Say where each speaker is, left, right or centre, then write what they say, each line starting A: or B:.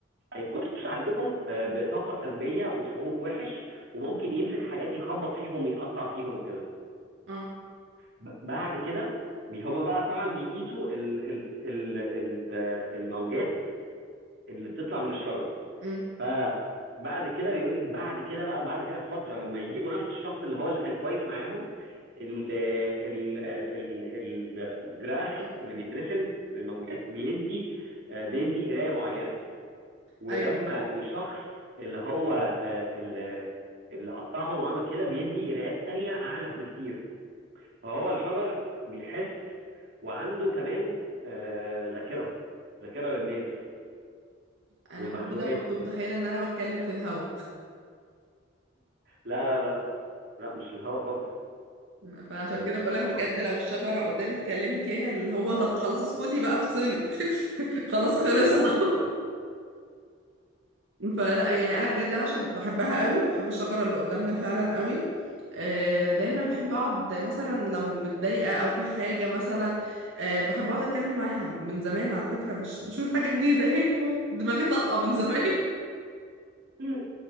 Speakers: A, on the right; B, on the right.
A: هيخش عليهم آه، بطاقة سلبية وشعور وحش وممكن يمسك حاجات يخبط فيهم ويقطع فيهم وكده
B: اه
A: ب- بعد كده بي- هما بقى طبعا بيقيسوا ال ال ال ال الموجات اللي بتطلع من الشجر
B: امم
A: فبعد كده بيقولك بعد كده بقى بعد كده بفترة لما يجيبوا نفس الشخص اللي هو اللي كان كويس معاهم ال ال ال ال الجراف
B: طب-
A: اللي بيترسم للموجات بيدي آه، بيدي قراية معينة ولما
B: ايوه
A: الشخص اللي هو آه، اللي اللي قطعهم وعمل كده بيدي قرايات تانية أعنف بكتير فهو الشجر بيحس وعنده كمان آه، ذاكرة ذاكرة للناس
B: انا
A: والمخلوقات
B: كل ده كنت
A: وكده
B: متخيله ان انا بتكلم في الهوا
A: لا لا لا لا مش الهوا خالص
B: <laughs> فعشان
A: آه،
B: كده
A: مش
B: بقولك
A: الهوا
B: بجد
A: خالص
B: لو الشجره قدامي اتكلمت يعني اللي هو طب خلاص اسكتي بقى افصلي <laughs> خلاص خلصنا
A: اه اه
B: فلا يعني انا بجد انا عشان بحبها قوي بحب الشجره اللي قدامنا فعلا قوي آه، دايما بحب اقعد مثلا لو متضايقه او في حاجه مثلا آه، بحب اقعد اتكلم معاها ومن زمان على فكره مش مش من حاجه جديده <laughs> يعني هو دماغي طاقه من زمان
A: مم.